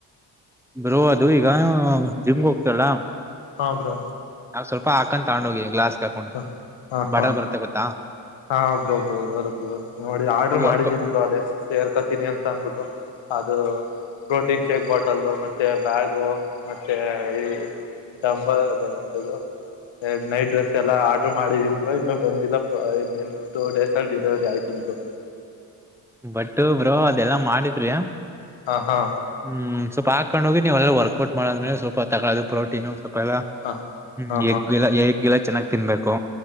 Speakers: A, in the centre; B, on the left.
A: ರೋವ ದುಯ ಕಾಯ
B: ಹ್ಮ್
A: ಜಿಮಬೋಕ್ ಚಲ್ಲ ಆಮ
B: ಹಾ ಬ್ರಾ
A: ನಾವ್ ಸ್ವಲ್ಪ ಹಾಕೊಂಡ ತಗೊಂಡು ಹೋಗಿ ಗ್ಲಾಸ್ಗೆ ಹಾಕೊಂಡು
B: ಹ ಹಾ
A: ಬಟರ್
B: ಹಾ
A: ಬರುತ್ತೆ ಗೊತ್ತಾ
B: ಹಾ ಬ್ರೋ ಬ್ರೋ ಬರುತ್ ಬರು ನೋಡಿ ಆರ್ಡರ್
A: ಅವ
B: ಮಾಡಿದೀನ್
A: ವರ್ಕ್
B: ಬ್ರೋ ಅದೇ ಸೇರ್ಕತೀನಿ ಅಂತ ಅನ್ಬಿಟ್ಟು ಅದು ಪ್ರೋಟೀನ್ ಚೇಕ್ ಬಾಟಲ್ ಮತ್ತೆ ಬ್ಯಾಗು ಮತ್ತೆ ಈ ಡಂಬ ಅದ ಎಂತ್ದು ನೈಟ್ ಡ್ರೆಸ್ ಎಲ್ಲ ಆರ್ಡ್ರ್ ಮಾಡಿದೀನ್ಿ ಇನ್ನುೂ ಬಂದಿಲ್ಲ ಇನ್ನನು ಟೂ ಡೇಸ್ ಅಲ್ಲಿ ಡಿಲವರಿ ಆಯ್ತದ ಬ್ರರು
A: ಬಟ್ ಬ್ರೋ ಅದೆಲ್ಲಾ ಮಾಡಿದ್ರಿ
B: ಹಾ ಹಾ
A: ಹ್ಮ್ ಸ್ವಲ್ಪ ಹಾಕೊಂಡ್ ಹೋಗಿ ನೀವುಲ್ಲ ವರ್ಕೌಟ್ ಮಾಡಿದ್ಮೇಲೆ ಸ್ವಪ ತಗೋದು ಪ್ರೋಟೀನು ಲ್ಲ
B: ಹಾ
A: ಹ್ಮಗ್
B: ಹಾ
A: ಗಿ ಎಗ್ ಗಿಲ ಚೆನ್ನಾಗ್ ತಿನ್ಬೇಕು